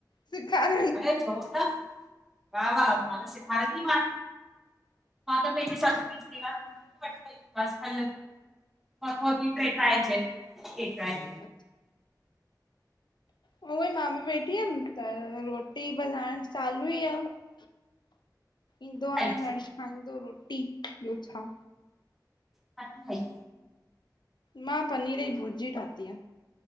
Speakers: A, on the left; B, in the centre.
A: सिखार।
B: अड़े छो न वाह वाह मां त सेखारींदीमान। मां त पंहिंजी सस बि जुड़ाल वठी वईमास कल। मथों ती टहिकाए अचे ठीकु आहे।
A: अ <inaudible> उहो ई मां बि बेठी हुयमि त रोटी बस हाण चालू ई आहे। ईंदो हाणे
B: ठाई
A: हर्ष खाईंदो रोटी ॿियो छा।
B: छा थी ठाई
A: मां पनीर जी भुरजी ठाती आहे